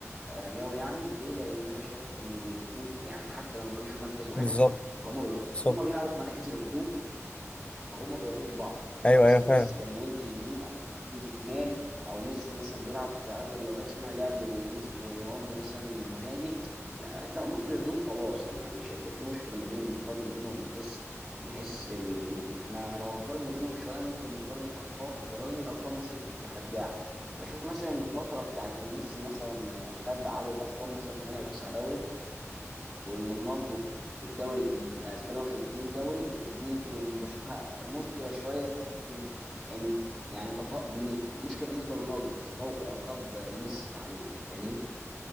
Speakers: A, in the centre; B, on the left.
A: آه، قوي يعني ليه لان انا شايف ان الاثنين يعني حتى لو ما كانوش في مركز واحد
B: بالظبط
A: هم هم
B: بالظبط
A: بيلعبوا في مراكز الهجوم فهم قريبين من بعض فكره
B: ايوه
A: مثلا
B: ايوه فعلا
A: ميسي كان وينج يمين او وينج شمال او ميسي مثلا بيلعب كاغلب الاوقات صانع لعب وميسي ورونالدو مثلا مهاجم لا طالما في الهجوم خلاص يعني ما- مش هيبقى في مشكله ما بين المقارنه ما بينهم من حيث من حيث الهجوم احنا لو هنقارن ما بينهم شويه ممكن نقارن الارقام ولو ان الارقام مثلا تبقى خداعه بشوف مثلا ان الفتره بتاعت ان ميسي مثلا خد عدد ارقام مثلا 8 او 9 دوري وان رونالدو في الدوري الإن- الاسباني واخد اتنين دوري دي يمكن بشوفها مشكله شويه في حته ان ان يعني تفوق بالنسبه مشكله بالنسبه لرونالدو في تفوق الالقاب لميسي عليه انت فاهمني؟